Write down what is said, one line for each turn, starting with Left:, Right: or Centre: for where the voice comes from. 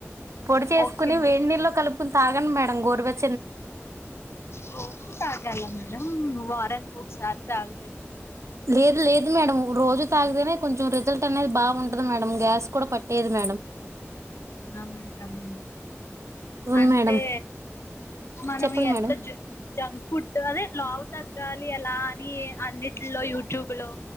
Right: పొడి చేసుకుని
Left: ఓకే
Right: వేడి నీళ్లో కలుపుకుని తాగండి మేడం గోరువెచ్
Left: రోజు తాగల మేడం వారానికి ఒకసారీ తాగుతే సరిపోత్
Right: లేదు లేదు మేడం రోజు తాగితేనే కొంచెం రిజల్ట్ అనేది బాగుంటది మేడం గ్యాస్ గూడ పట్ లేదు మేడం
Left: అవునా మేడం
Right: అవును
Left: అంటే
Right: మేడం
Left: మనం
Right: చెప్పండి
Left: ఎంత
Right: మేడం
Left: జ జంక్ ఫుడ్ అదే లావు తగ్గాలి ఎలా అని అన్నిట్ లో యూట్యూబ్ లో